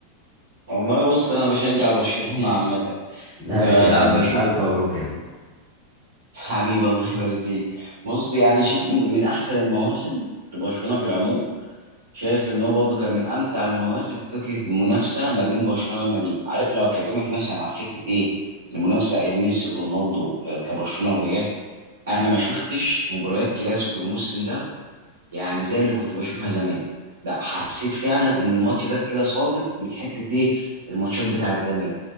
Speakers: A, on the right; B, in the centre.
A: والله بص انا بشجع برشلونه عامه
B: ماشي
A: فلا
B: يا عم
A: بشوف
B: الف مبروك يا عم
A: حبيبي الله يبارك فيك بص يعني شوف من من احسن المواسم لبرشلونه في العموم شايف ان هو برضه كان من امتع المواسم فكره المنافسه ما بين برشلونه وريال مدريد عارف لو اكلمك مثلا عن فكره ايه المنافسه ايام ميسي ورونالدو آه، كبرشلونه وريال انا ما شفتش مباريات كلاسيكو الموسم ده يعني زي اللي كنت بشوفها زمان لا حسيت فعلا ان الماتش ده كده ساقط من حته ايه الماتشات بتاعت زمان